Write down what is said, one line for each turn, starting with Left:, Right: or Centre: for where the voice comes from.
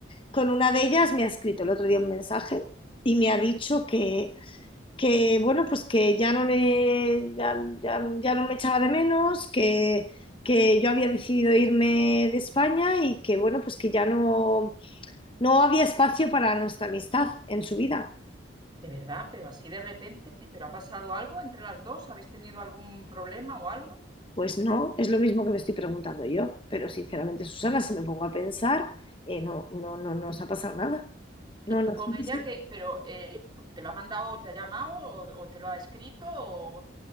Left: con una de ellas me ha escrito el otro día un mensaje y me ha dicho que, que bueno, pues que ya no le, ya, ya- ya no me echaba de menos, que que yo había decidido irme de España y que bueno, pues que ya no no había espacio para nuestra amistad en su vida.
Right: de verdad, pero así de repente, pero ha pasado algo entre las dos, ¿habéis tenido algún problema o algo?
Left: Pues no, es lo mismo que me estoy preguntando yo. Pero sinceramente, Susana, si me pongo a pensar, eh, no, no, no, no nos ha pasado nada. No,
Right: Y tú
Left: no,
Right: con
Left: sí.
Right: ella,
Left: sí,
Right: que,
Left: sí.
Right: pero eh, ¿te lo ha mandado, te ha llamado o, o te lo ha escrito o,